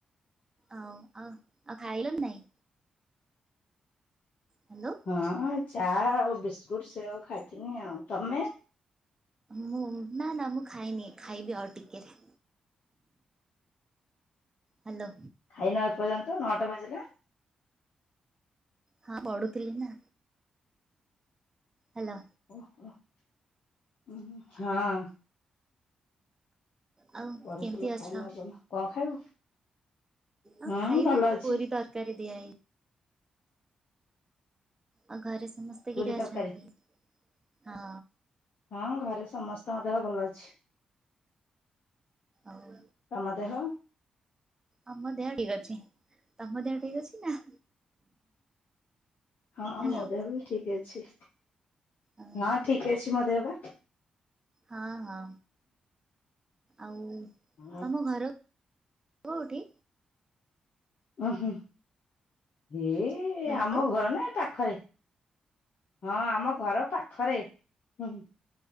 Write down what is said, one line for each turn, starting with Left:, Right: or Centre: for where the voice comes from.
Right: ଆଉ ଆଉ ଆଉ ଖାଇଲଣି ନାଇଁ। ହାଲୋ।
Left: ହଁ ଚା ଆଉ ବିସ୍କୁଟ ସେଓ ଖାଇଥିନି ଆଉ ତମେ?
Right: ମୁଁ ନା -ନା ମୁଁ ଖାଇନି ଖାଇବି ଆଉ ଟିକେରେ। ହାଲୋ।
Left: ଖାଇନ ଏ ପର୍ଯ୍ୟନ୍ତ ନଅଟା ବାଜିଲାଣି।
Right: ହଁ ପଢୁଥିଲି ନା। ହାଲୋ।
Left: ହଁ।
Right: ଆଉ
Left: ପଢୁଥିଲୁ
Right: କେମିତି
Left: ଖାଇନ
Right: ଅଛ?
Left: ଏ ପର୍ଯ୍ୟନ୍ତ- କଣ ଖାଇବୁ?
Right: ଆଉ
Left: ହୁଁ
Right: ଖାଇବି
Left: ଭଲ ଅଛି।
Right: ପୁରୀ ତରକାରୀ ଦିଆହେଇଚି। ଆଉ ଘରେ ସମସ୍ତେ
Left: ପୁରୀ
Right: କିରି ଅଛନ୍ତି
Left: ତରକାରୀ
Right: -ହଁ।
Left: ହଁ ଘରେ ସମସ୍ତଙ୍କ ଦେହ ଭଲ ଅଛି।
Right: ଆଉ
Left: ତମ ଦେହ?
Right: ହଁ- ମ ଦେହ ଠିକ୍ ଅଛି। ତମ ଦେହ ଠିକ୍ ଅଛି ନା?
Left: ହଁ
Right: ହ୍ୟାଲୋ
Left: ମୋ ଦେହ ବି ଠିକ୍ ଅଛି
Right: ଓହୋ
Left: ହଁ ଠିକ୍ ଅଛି। ଅଛି ମୋ ଦେହ ପା।
Right: ହଁ -ହଁ ଆଉ
Left: ଆଉ
Right: ତମ ଘର କଉଠି?
Left: ଉଁ ହୁଁ- ଏଇ
Right: ହ୍ୟାଲୋ
Left: ଆମ ଘର ନା ପା ଖରେ -ହଁ ଆମ ଘର ପାଖରେ ହୁଁ।